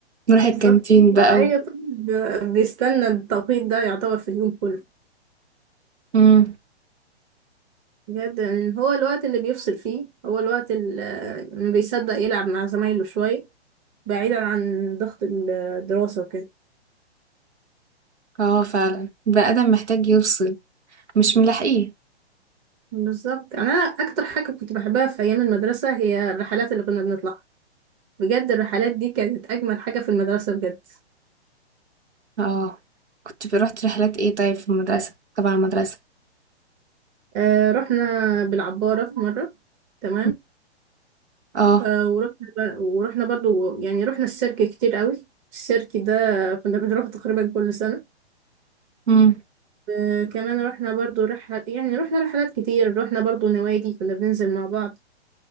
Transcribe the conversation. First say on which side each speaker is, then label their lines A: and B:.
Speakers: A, on the right (about 85°); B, on the right (about 30°).
A: نروح
B: بالظبط
A: الكانتين بقى
B: اي
A: و
B: طالب بيستنى التوقيت ده يعتبر في اليوم كله
A: إمم،
B: بجد يعني هو الوقت اللي بيفصل فيه هو الوقت اللي ما بيصدق يلعب مع زمايله شويه بعيدا عن ضغط الدراسة وكده
A: آه فعلًا، البني آدم محتاج يفصل، مش ملاحقيه،
B: بالظبط يعني أنا أكتر حاجة كنت بحبها في أيام المدرسة هي الرحلات اللي كنا بنطلعها بجد الرحلات دي كانت أجمل حاجة في المدرسة بجد
A: آه، كنت ب رُحت رحلات إيه طيب في المدرسة، تبع المدرسة،
B: آه رحنا بالعبارة في مرة تمام
A: إمم. آه،
B: آه ورحنا ب... ورحنا برضو يعني رحنا السيرك كتير قوي السيرك ده كنا بنروح تقريبا كل سنة
A: إمم،
B: آه كمان رحنا برضو رحلة يعني رحنا رحلات كتير رحنا برضو نوادي كنا بننزل مع بعض